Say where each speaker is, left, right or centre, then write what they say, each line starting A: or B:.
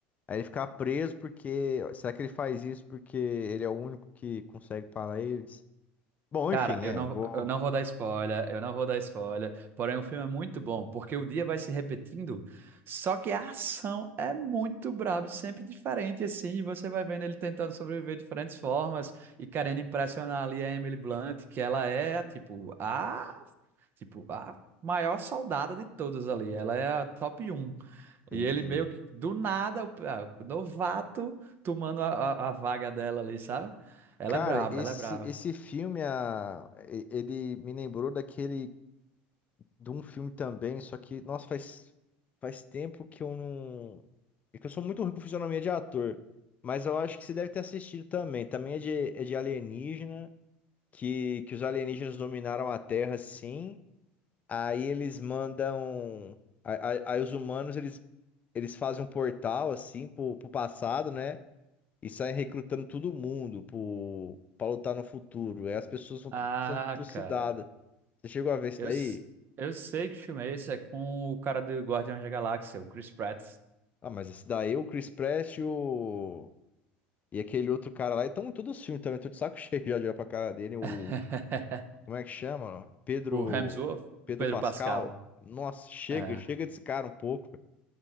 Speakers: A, on the left (about 30°); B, on the right (about 40°).
A: Aí ele ficar preso porque. Será que ele faz isso porque ele é o único que consegue parar eles? Bom,
B: Cara,
A: enfim,
B: eu
A: é,
B: não,
A: vou.
B: eu não vou dar spoiler, eu não vou dar spoiler, porém o filme é muito bom, porque o dia vai se repetindo, só que a ação é muito braba, e sempre diferente, assim, e você vai vendo ele tentando sobreviver de diferentes formas e querendo impressionar ali a Emily Blunt, que ela é, tipo, a Tipo, a maior soldada de todas ali. Ela é a top um
A: Entendi.
B: E ele meio que, do nada, o ah, o novato tomando a, a, a vaga dela ali, sabe? Ela
A: Cara,
B: é braba,
A: esse,
B: ela é braba.
A: esse filme, a... e- ele me lembrou daquele. De um filme também, só que, nossa, faz, faz tempo que eu não. É que eu sou muito ruim com fisionomia de ator. Mas eu acho que você deve ter assistido também. Também é de, é de alienígena, que, que os alienígenas dominaram a Terra, sim. Aí eles mandam. Aí, aí- aí os humanos eles, eles fazem um portal assim pro, pro passado, né? E saem recrutando todo mundo pro, pra lutar no futuro. Aí as pessoas vão
B: Ah,
A: tudo sendo trucidadas.
B: cara.
A: Você chegou a ver isso
B: Eu,
A: daí?
B: s- eu sei que filme é esse. É com o cara do Guardiões da Galáxia, o Chris Pratt.
A: Ah, mas esse daí, o Chris Pratt e o. E aquele outro cara lá, então em todos os filmes também, tô de saco <laughs> cheio já de olhar pra cara dele. O.
B: <laughs>
A: Como é que chama? Pedro.
B: O Hemsworth,
A: Pedro
B: o Pedro
A: Pascal.
B: Pascal.
A: Nossa, chega,
B: É.
A: chega desse cara um pouco,